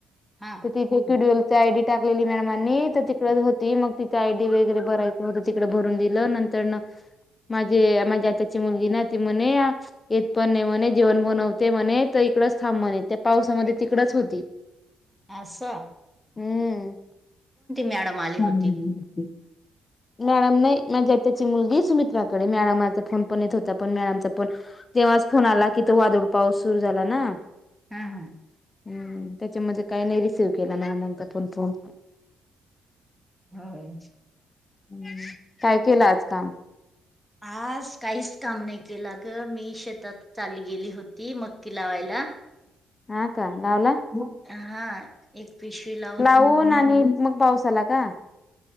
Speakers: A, in the centre; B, on the left (about 25°).
A: हा
B: तर ते हे क्युडएलची आय डी टाकलेली मॅडमांनी तर तिकडेच होती मग तिची आयडी वगैरे भरायची होत तिकडे भरून दिलं नंतर न माझे, माझी आत्याची मुलगी ना ती म्हणे येत पण नाही म्हणे जेवण बनवते म्हणे तर इकडच थांब म्हणे त्या पावसामध्ये तिकडच होती.
A: आस.
B: हम्म
A: मॅडम आली होती
B: हम्म <inaudible> मॅडम नाही माझ्या आत्याची मुलगी सुमित्राकडे मॅडमाचा फोन पण येत होता पण मॅडमचा फोन तेव्हाच फोन आला की तो वादळ पाऊस सुरू झाला ना.
A: हा हा.
B: हम्म, त्याच्यामध्ये काही नाही रिसीव्ह केला नाही मॅडमानचा पण फोन-
A: होय.
B: हम्म, काय केलं आज काम?
A: आज काहीच काम नाही केलं ग मी शेतात चाली गेली होती मक्की लावायला.
B: हा का लावला?
A: म हा. एक पिशवीला
B: लाऊन आणि मग पाऊस आला का?